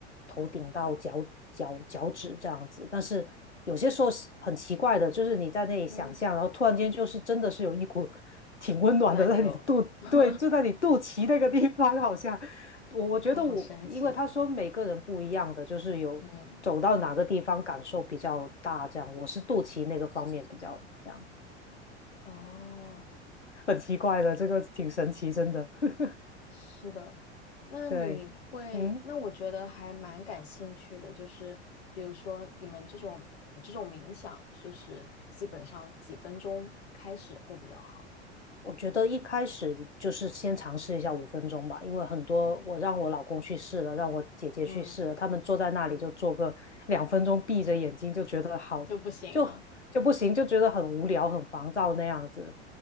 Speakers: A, on the left; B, on the left.
A: 头顶到脚脚脚趾这样子。但是有些时候是很奇怪的，就是你在那里想象，
B: 嗯，
A: 然后突然间就是真的是有一股 <laughs> 挺温暖的在你的肚，
B: 暖流，<laughs>
A: 对，就在你肚脐那个地方，好像我我觉得我，
B: 哦，好神奇，
A: 因为他说每个人不一样的，就是有走到哪个地方感受比较大，
B: 嗯，
A: 这样我是肚脐那个方面比较这样，
B: 哦。
A: 很奇怪的，这个挺神奇，真的。<laughs>
B: 是的，那你会，
A: 对，嗯，
B: 那我觉得还蛮感兴趣的，就是比如说你们这种这种冥想，就是基本上几分钟开始会比较好。
A: 我觉得一开始就是先尝试一下五分钟吧，因为很多我让我老公去试了，让我姐姐去试了，
B: 嗯
A: 他们坐在那里就做个两分钟，
B: 嗯，
A: 闭着眼睛就觉得好，
B: 就不行啊。
A: 就就不行，就觉得很无聊、很烦躁那样子。